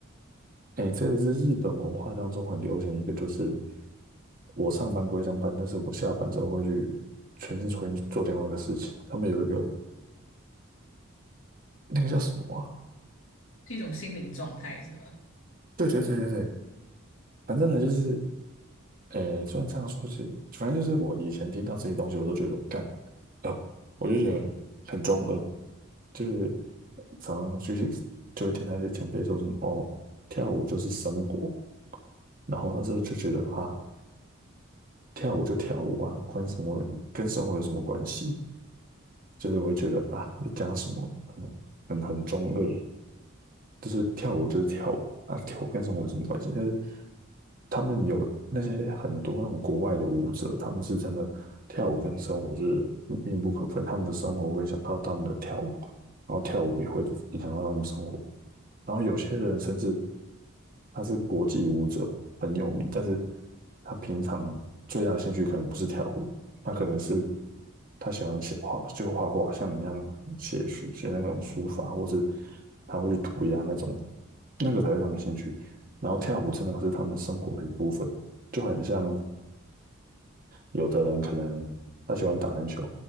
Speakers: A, on the right; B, on the left.
A: 诶，这个是日本文化当中很流行一个，就是我上班归上班，但是我下班之后会去全心全意去做另外一个事情。他们有一个那个叫什么啊？
B: 是一种心灵状态，是吗？
A: 对对对对对，反正呢就是，诶，虽然这样说是，反正就是我以前听到这些东西，我都觉得干，呃，我就觉得很中二，就是常常就是就会听到一些前辈说什么哦，跳舞就是生活，然后那时候就觉得哈，跳舞就跳舞啊，关什么跟生活有什么关系？就是我会觉得啊，你讲什么很很很中二。就是跳舞就是跳舞啊，跳舞跟生活有什么关系？但是他们有那些很多那种国外的舞者，他们是真的跳舞跟生活是密不可分，他们的生活会影响到他们的跳舞，然后跳舞也会影响到他们的生活。然后有些人甚至他是国际舞者，很有名，但是他平常最大的兴趣可能不是跳舞，他可能是他喜欢写画，就画画，像你一样写书写那种书法，或是他会去涂鸦那种，那个才是他们兴趣。然后跳舞真的是他们生活的一部分，就很像有的人可能他喜欢打篮球，